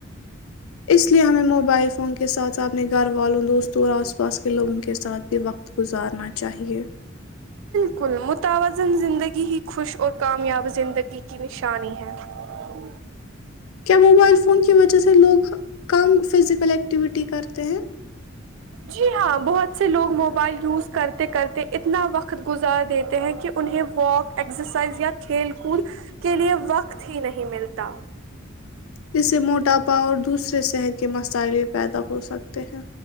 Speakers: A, on the left; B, on the right.
A: اس لیے ہمیں موبائل فون کے ساتھ آپ اپنے گھر والوں دوستوں اور آس پاس کے لوگوں کے ساتھ پ وقت گزارنا چاہیے
B: <inaudible>
A: کیا موبائل فون کی وجہ سے لوگ کم فزیکل ایکٹیویٹی کرتے ہیں
B: جی ہاں بہت سے لوگ موبائل یوز کرتے کرتے اتنا وقت گزار دیتے ہیں کہ انہیں واک ایکسرسائز یا کھیل کود کے لیئے وقت ہی نہیں ملتا
A: جس سے موٹاپا اور دوسرے صحت کے مسائلے پیدا ہو سکتے ہیں